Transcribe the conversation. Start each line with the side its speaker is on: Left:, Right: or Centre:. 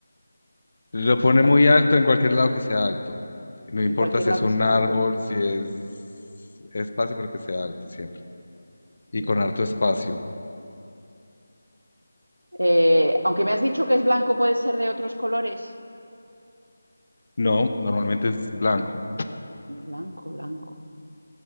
Left: lo pone
Right: Calmo.
Left: muy alto en cualquier lado que sea alto. No
Right: En
Left: importa
Right: cualquier
Left: si
Right: lado
Left: es un
Right: que sea
Left: árbol,
Right: alto.
Left: si es espacio, pero que sea alto siempre. Y
Right: Ya.
Left: con harto espacio.
Right: Eh, aunque me has dicho que es blanco, ¿puede ser de otros colores?
Left: No, normalmente es blanco.
Right: Blanco, blanco.